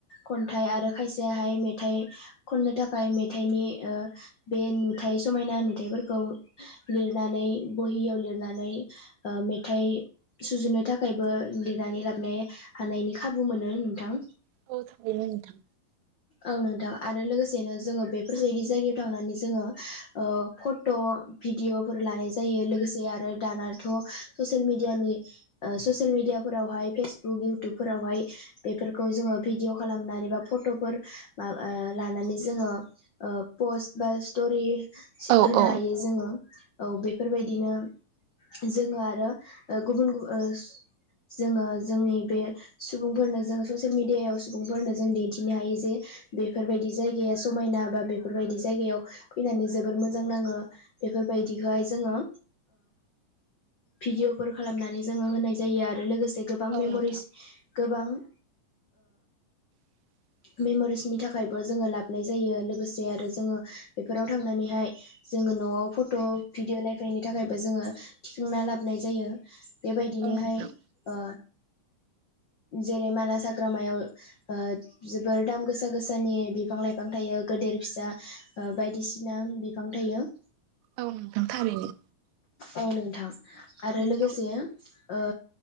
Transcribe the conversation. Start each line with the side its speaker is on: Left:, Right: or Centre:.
Left: खन्थाइ आरो खायसेहाय मेथाइ खननो थाखाय मेथाइनि ओ बे नुथाइ समायना नुथायफोरखौ लिरनानै बहियाव लिरनानै ओ मेथाइ सुजुनो थाखायबो लिरनानै लाबनाय हानायनि खाबु मोनो नोंथां।
Right: <unintelligible> बेनो नोंथां।
Left: औ नोंथां आरो लोगोसेनो जोङो बेफोरबायदि जायगायाव थांनानै जोङो ओ फट' भिडिअफोर लानाय जायो लोगोसे आरो दानाथ' ससियेल मिडियानि ससियेल मिडियाफोरावहाय फेसबुक इयउटुबफोरावहाय बेफोरखौ जोङो भिडिअ' खालामनानै बा फट'फोर माबा लानानै जोङो पस्ट बा स्ट'रि
Right: औ
Left: होनो
Right: औ
Left: हायो जोङो। औ बेफोरबायदिनो जोङो आरो ओ गुबुन गुब ओस जोङो जोंनि बे सुबुंफोरनो जों ससियेल मिडियायाव सुबुंफोरनो जों दिन्थिनो हायो जे बेफोरबायदि जायगाया समायना बा बेफोरबायदि जायगायाव फैनानै जोबोर मोजां नाङो। बेफोरबायदिहाय जोङो भिडिअफोर खालामनानै जोङो होनाय जायो आरो लोगोसे गोबां
Right: औ
Left: मेमरिस
Right: नोंथां
Left: गोबां
Right: <inaudible>
Left: मेम'रिसनि थाखायबो जोङो लाबोनाय जायो लोगोसे आरो जोङो बेफोराव थांनानैहाय जोङो न'आव फट' भिडिअ नायफैयनायनि थाखायबो जोङो थिखांना लाबोनाय जायो। बेबायदिनोहाय
Right: औ नोंथां
Left: ओ जेरै मानास हाग्रामायाव ओ जोबोर दाम गोसा गोसानि बिफां लाइफां थायो गेदेर फिसा ओ बायदिसिना बिफां थायो।
Right: औ नोंथां थारैनो।
Left: औ नोंथां आरो
Right: नोंथां
Left: लोगोसेयो ओ